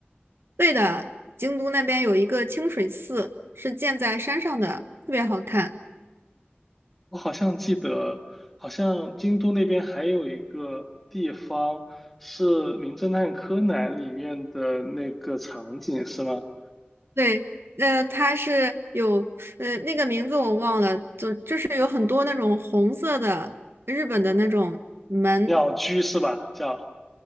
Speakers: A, on the right; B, in the centre.
A: 对的，京都那边有一个清水寺，是建在山上的，特别好看。
B: 我好像记得，好像京都那边还有一个地方是《名侦探柯南》里面的那个场景，是吗？
A: 对，呃，它是有呃那个名字我忘了，就就是有很多那种红色的日本的那种门，
B: 鸟居是吧？叫。